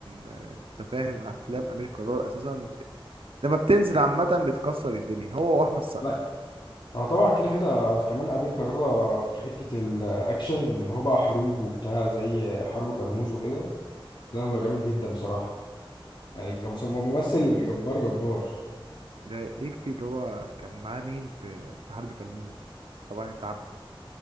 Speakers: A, on the right; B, on the left.
A: آه، انت فاهم افلام امير كرارة اساسا لما بتنزل عامه بتكسر الدنيا هو واحمد السقا
B: لا اه طبعا كده كده كمان امير كرارة في حته الاكشن اللي هو بقى حروب وبتاع زي حرب كرموز وكده لا هو جامد جدا بصراحه يعني كمس- ممثل جبار جبار
A: ده يكفي اللي هو كان معاه مين في في حرب كرموز طبعا انت عارفه